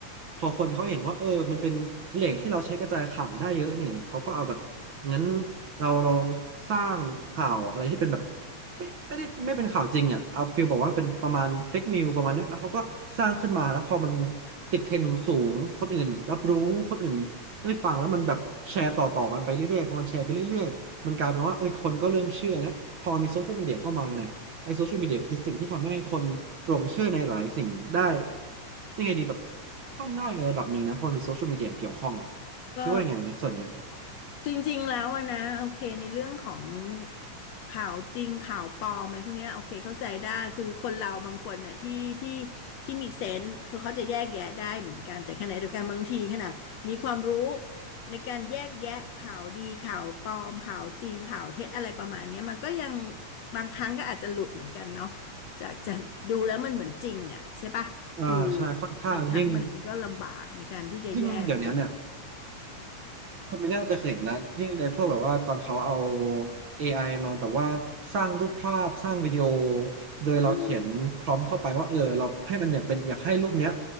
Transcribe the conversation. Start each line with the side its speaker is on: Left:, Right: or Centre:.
Right: พอคนเขาเห็นว่าเออมันเป็นแหล่งที่เราใช้กระจายข่าวได้เยอะนี่เขาก็เอาแบบงั้นเราลองสร้างข่าวอะไรที่เป็นแบบไม่ไม่ได้ไม่เป็นข่าวจริงอ่ะเอาฟีลบอกว่าเป็นประมาณเฟกนิวประมาณนั้นแล้วเขาก็สร้างขึ้นมาแล้วพอมันติดเทรนด์สูงๆคนอื่นรับรู้คนอื่น เอ้ยฟังแล้วมันแบบแชร์ต่อต่อกันไปเรื่อยๆพอมันแชร์ไปเรื่อยๆมันกลายเป็นว่าเอ้ยคนก็เริ่มเชื่อแล้วพอมีโซเชียลมีเดียเข้ามาเนี่ยไอ้โซเชียลมีเดียคือสิ่งที่ทำให้คนหลงเชื่อในหลายสิ่งได้ยังไงดีแบบค่อนข้างง่ายในระดับหนึ่งนะพอมีโซเชียลมีเดียเกี่ยวข้องอ่ะ
Left: ก็
Right: คิดว่ายังไงในส่วนเนี้ย
Left: จริงๆแล้วอะนะโอเคในเรื่องของข่าวจริงข่าวปลอมอะไรพวกเนี้ยโอเคเข้าใจได้คือคนเราบางคนน่ะที่ที่ที่มีเซนส์คือเขาจะแยกแยะได้เหมือนกันแต่ขณะเดียวกันบางทีขนาดมีความรู้ในการแยกแยะข่าวดีข่าวปลอมข่าวจริงข่าวเท็จอะไรประมาณเนี้ยมันก็ยังบางครั้งก็อาจจะหลุดเหมือนกันเนาะจากจากดูแล้วมันเหมือนจริงอ่ะใช่ปะคือ
Right: อ่าใช่ค่อนข้างยิ่ง
Left: บางครั้งมันก็ลำบากในการที่จะแยกแยะ
Right: ยิ่งเดี๋ยวนี้เนี่ย คุณไม่น่าจะเคยเห็นนะยิ่งในพวกแบบว่าตอนเขาเอา AI มาแบบว่าสร้างรูปภาพสร้างวิดีโอโดยเราเขียนพร้อมเข้าไปว่าเออเราให้มันเนี่ยเป็นอยากให้รูปเนี้ย
Left: อืม